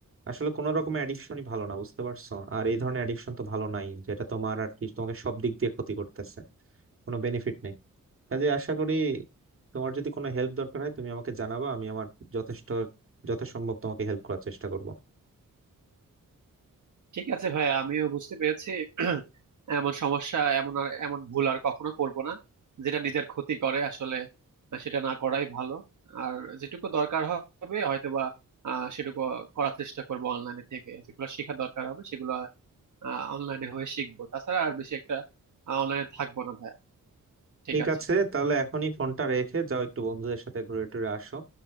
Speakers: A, on the right; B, on the right.
A: আসলে কোনো রকমের অ্যাডিকশনই ভালো না বুঝতে পারছো আর এই ধরনের অ্যাডিকশন তো ভালো নাই যেটা তোমার আর কি তোমাকে সব দিক দিয়ে ক্ষতি করতেছে কোনো বেনিফিট নেই কাজে আশা করি তোমার যদি কোনো হেল্প দরকার হয় তুমি আমাকে জানাবা আমি আমার যথেষ্ট যথাসম্ভব তোমাকে হেল্প করার চেষ্টা করব
B: ঠিক আছে ভাই আমিও বুঝতে পেরেছি <clears throat> এমন সমস্যা এমন আর এমন ভুল আর কখনো করব না যেটা নিজের ক্ষতি করে আসলে সেটা না করাই ভালো আর যেটুকু দরকার হবে হয়তোবা আহ সেটুকু করার চেষ্টা করব অনলাইনে থেকে যেগুলো শেখা দরকার হবে সেগুলো অনলাইনে হয়ে শিখবো তাছাড়া আর বেশি একটা অনলাইনে থাকবো না ভাইয়া ঠিক
A: ঠিক
B: আছে
A: আছে তাহলে এখনই ফোনটা রেখে যাও একটু বন্ধুদের সাথে ঘুরে টুরে আসো